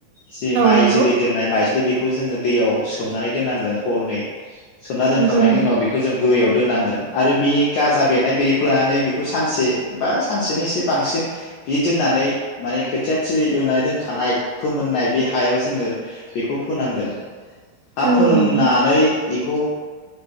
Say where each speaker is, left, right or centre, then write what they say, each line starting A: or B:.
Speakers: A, on the left (about 85°); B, on the right (about 80°).
A: जि
B: औ
A: माइ
B: नंगौ
A: जोलै दोननाय माइज बे बेखौ जोङो दैयाव सोमनानै दोननांगोन हरनै। सोमना दोनखांनायनि
B: नंगौ नोंथां
A: उनाव बेखौ जों बोरियाव दोननांगोन आरो बे गाजा बेरनाय बेरैखौ लानानै बेखौ सानसे बा सानसेनि एसे बांसिन बि दोननानै माने खोथिया थिलि एवनानै दोनखानाय फोमोननाय बे हायाव जोङो बेखौ फोनांगोन हा
B: नंगौ
A: फोमोननानै
B: नोंथां
A: बेखौ